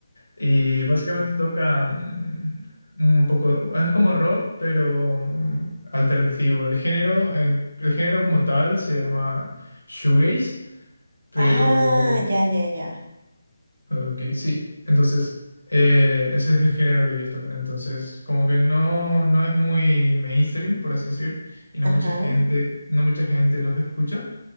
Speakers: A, on the left; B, on the right.
A: Y básicamente tocan un poco, es como rock, pero mm, alternativo. El género, en- el género como tal se llama shoegaze, pero
B: Ah, ya, ya, ya.
A: Ok, sí. Entonces, eh, ese es el género que ellos tocan. Entonces, como que no, no es muy mainstream, por así decir, y no
B: Ajá.
A: mucha gente, no mucha gente los escucha.